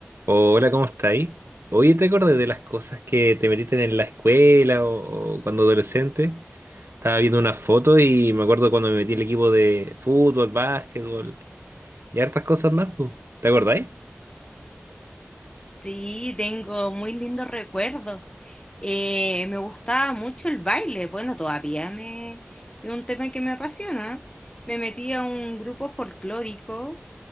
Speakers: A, on the right (about 65°); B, on the left (about 20°).
A: Hola, ¿cómo estáis? Oye, ¿te acordás de las cosas que te metiste en la escuela o, o cuando adolescente? Estaba viendo una foto y me acuerdo cuando me metí en el equipo de fútbol, básquetbol y hartas cosas más, pu. ¿Te acordáis?
B: Sí, tengo muy lindos recuerdos. Eh, me gustaba mucho el baile. Bueno, todavía me, es un tema que me apasiona. Me metí a un grupo folclórico.